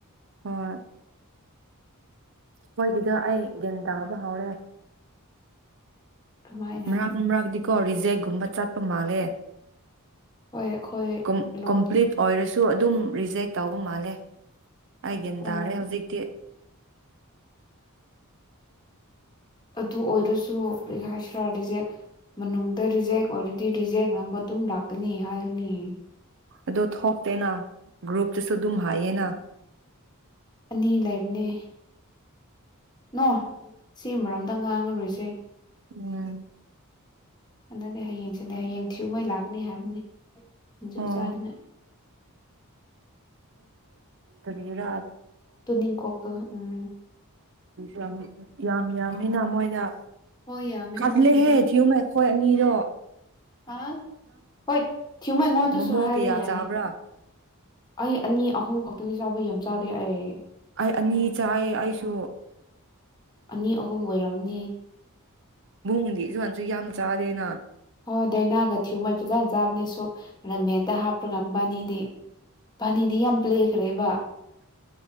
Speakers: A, on the right; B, on the left.
A: ꯍꯣꯏ ꯈꯣꯏꯒꯤꯗꯣ ꯑꯩ ꯒ꯭ꯌꯥꯟ ꯇꯥꯕ ꯍꯧꯔꯦ
B: ꯀꯃꯥꯏꯅ
A: ꯃꯔꯥꯒꯅ ꯃꯔꯥꯥꯛꯗꯤ ꯀꯣ ꯔꯤꯖꯦꯛꯒꯨꯝꯕ ꯆꯠꯄ ꯃꯥꯜꯂꯦ
B: ꯍꯣꯏ ꯑꯩꯈꯣꯏ
A: ꯀ
B: ꯂꯣꯟ
A: ꯀꯝꯄꯂꯤꯠ ꯑꯣꯔꯁ ꯑꯗꯨꯝ ꯖꯦ ꯇꯥꯎꯕ ꯃꯥꯜꯂꯦ ꯑꯩꯦꯟ
B: ꯑꯣ
A: ꯇꯥꯔꯦ ꯍꯧꯖꯤꯛ
B: ꯑꯗꯨ ꯑꯣꯏꯔꯁꯨ ꯀꯔꯤ ꯍꯥꯏꯁꯤ꯭ꯔꯥ ꯔꯤꯖꯦꯛ ꯃꯅꯨꯡꯗ ꯔꯤꯖꯦꯛ ꯑꯣꯏꯔꯗꯤ ꯔꯤꯖꯦꯛ ꯉꯝꯕ ꯑꯗꯨꯝ ꯂꯥꯛꯄ ꯅꯤ ꯍꯥꯏꯒꯅꯤ
A: ꯑꯣ ꯊꯣꯛꯇꯦꯅ ꯒ꯭ꯔꯨꯞꯇꯁꯨ ꯑꯗꯨꯝ ꯍꯥꯏꯌꯦꯅ
B: ꯑꯅꯤ ꯂꯩꯕꯅꯦ ꯅꯣ ꯁꯤ ꯃꯔꯝꯗ ꯉꯥꯡꯉꯔꯣꯏꯁꯦ
A: ꯎꯝ
B: ꯍꯅꯗꯤ ꯍꯌꯦꯡꯁꯤꯗꯤꯩ ꯍꯌꯦꯡ ꯊꯤꯌꯨꯉꯩ ꯂꯥꯛꯀꯅꯤ ꯍꯥꯏꯕꯅꯤ ꯖꯣꯁꯥꯗꯅꯦ
A: ꯑꯣ ꯐꯔꯤꯔꯥ
B: ꯇ ꯅꯤꯡꯟ ꯀꯣꯇ ꯎꯝ
A: ꯌꯥꯝ ꯌꯥꯝ ꯌꯥꯝꯃꯤꯅ ꯃꯣꯏꯗ
B: ꯍꯣꯏ ꯌꯥꯝꯃꯦ
A: ꯀꯜꯂꯦꯍꯦ
B: ꯃꯣꯏꯒꯤꯗꯣ
A: ꯊꯤꯌꯨ ꯑꯩꯈꯣꯏ ꯑꯅꯤꯔꯣ
B: ꯑ ꯍꯣꯏ ꯊꯤꯌꯨꯃꯩꯉꯣꯗꯁꯨ
A: ꯃꯣꯃꯣ
B: ꯍꯥꯏꯕ
A: ꯀꯌꯥ
B: ꯌꯥꯏ
A: ꯆꯥꯕ꯭ꯔꯥ
B: ꯑꯩ ꯑꯅꯤ ꯑꯍꯨꯝ ꯈꯛꯇꯅꯤ ꯆꯥꯕꯩ ꯌꯥꯝ ꯆꯥꯗꯦ ꯑꯩ
A: ꯑꯩ ꯑꯅꯤ ꯆꯥꯏ ꯑꯩꯁꯨ
B: ꯑꯅꯤ ꯑꯍꯨꯝ ꯑꯣꯏꯔꯝꯅꯤ
A: ꯕꯨꯡꯗꯤ <unintelligible> ꯌꯥꯝ ꯆꯥꯗꯦꯅ
B: ꯍꯣꯏ ꯗꯥꯏꯅꯥꯒ ꯊꯤꯌꯨꯉꯩ ꯐꯖꯅ ꯆꯥꯕꯅꯦ ꯁꯛ ꯔꯃꯦꯟꯗ ꯍꯥꯞꯄ꯭ꯔꯒ ꯃꯕꯥꯅꯤꯗꯤ ꯃꯕꯥꯅꯤꯗꯤ ꯌꯥꯝ ꯄ꯭ꯂꯦꯈ꯭ꯔꯦꯕ